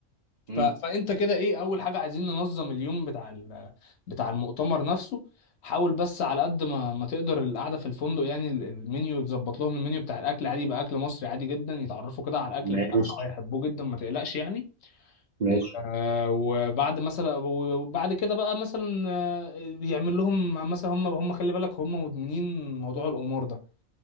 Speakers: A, on the right; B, on the left.
A: امم
B: ف... فانت كده ايه اول حاجه عايزين ننظم اليوم بتاع ال... بتاع المؤتمر نفسه حاول بس على قد ما ما تقدر القعده في الفندق يعني ال- المنيو تظبط لهم المنيو بتاع الاكل عادي يبقى اكل مصري عادي جدا يتعرفوا كده على الاكل
A: ماشي
B: بتاعنا وهيحبوه جدا ما تقلقش يعني
A: ماشي
B: و... آه، وبعد مثلا وبعد كده بقى مثلا آه، يعمل لهم مثلا هم هم خلي بالك هم مدمنين موضوع الامور ده